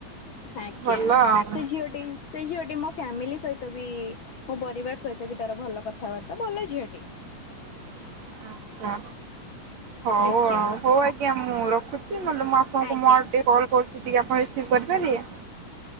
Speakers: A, on the left; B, on the right.
A: ଆଜ୍ଞା
B: ଭଲ ଆଉ
A: ସେ ଝିଅଟି ସେ ଝିଅଟି ମୋ ଫ୍ୟାମିଲି ସହିତ ବି ମୋ ପରିବାର ସହିତ ବି ତାର ଭଲ କଥାବାର୍ତ୍ତା ଭଲ ଝିଅଟି।
B: <inaudible> ଆଚ୍ଛା ହଉ
A: ଆଜ୍ଞା
B: ଆଉ ହଉ ଆଜ୍ଞା ମୁଁ ରଖୁ ମୁଁ ଆପଣଙ୍କୁ
A: ଆଜ୍ଞା।
B: ମୋ ଆଡୁ ଟିକେ କଲ୍ କରୁଛି ଟିକେ ଆପଣ ରିସିଭ୍ କରିପାରିବେ।